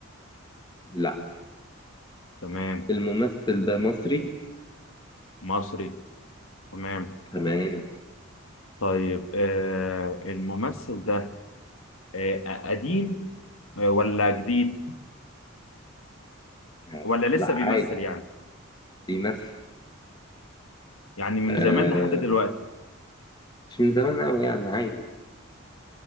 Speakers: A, on the left; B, on the left.
A: لا
B: تمام
A: الممثل ده مصري
B: مصري تمام
A: تمام
B: طيب آه الممثل ده آه قديم آه، ولا جديد
A: يعني
B: ولا
A: لا
B: لسه
A: عادي
B: بيمثل يعني
A: بيمثل
B: يعني من
A: آه
B: زمان لحد دلوقتي
A: مش من زمان أوي يعني عادي